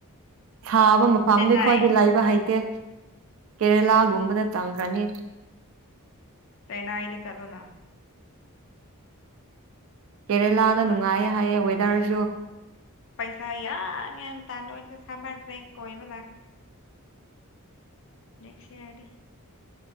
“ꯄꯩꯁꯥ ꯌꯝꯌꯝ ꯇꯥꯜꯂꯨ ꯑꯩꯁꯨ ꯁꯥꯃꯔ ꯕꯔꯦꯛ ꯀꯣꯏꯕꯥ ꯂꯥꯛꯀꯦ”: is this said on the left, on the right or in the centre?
Left